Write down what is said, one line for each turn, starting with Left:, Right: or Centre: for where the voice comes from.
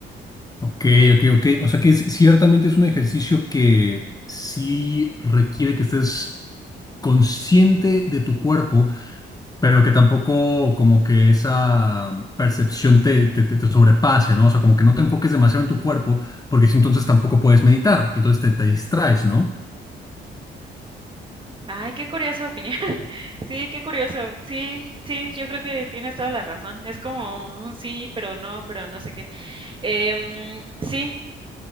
Left: Ok, ok, ok. O sea que es- ciertamente es un ejercicio que sí requiere que estés consciente de tu cuerpo, pero que tampoco como que esa percepción te, te, te- te sobrepase, ¿no? O sea, como que no te enfoques demasiado en tu cuerpo, porque si entonces tampoco puedes meditar, y entonces te, te distraes, ¿no?
Right: Ay, qué curiosa opinión. <laughs> Sí, qué curioso. Sí, sí, yo creo que tienes toda la razón. Es como un sí, pero no, pero no sé qué. Em, sí,